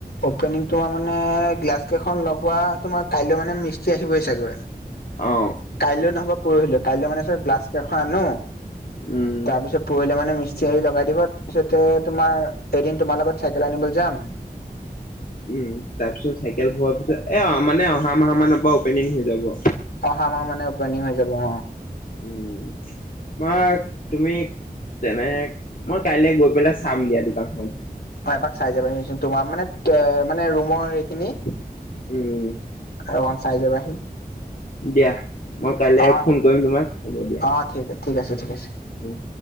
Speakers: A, on the left (about 75°); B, on the left (about 55°).
A: অপেনিং তোমাৰ মানে গ্লাছ কেইখন লগবোৱা তোমাৰ কাইলৈ মানে মিস্ত্ৰী আহিবই চাগৈ,
B: অ
A: কাইলৈ নহবা পৰহিলো কাইলৈ মানে গ্লছ কেইখন আনো,
B: উম
A: তাৰ পিছত পৰহিলে মানে মি চিঞৰি লগাই দিব। তাৰপিছতে তোমাৰ এদিন তোমাৰ লগত চাইকেল আনিব যাম,
B: উম তাৰ পিছত চাইকেল পোৱাৰ পিছত এ অ মানে অহা মাহ মানৰ পৰা অপেনিং হৈ যাব।
A: অহা মাহ মানে অপেনিং হৈ যাব অ।
B: উম মই তুমি তেনে, মই কাইলৈ গৈ পেলাই চাম দিয়া দোকানখন।
A: অ এপাক পাক চাই যাব সি চন তোমাৰ মানে মানে ৰুমৰ সেইখিনি
B: উম।
A: <unintelligible> চাই যাবাহি।
B: দিয়া মই কাইলৈ
A: অ
B: ফোন কৰিম তোমাক হ'ব দিয়া।
A: অ ঠিক ঠিক আছে ঠিক আছে।
B: উম।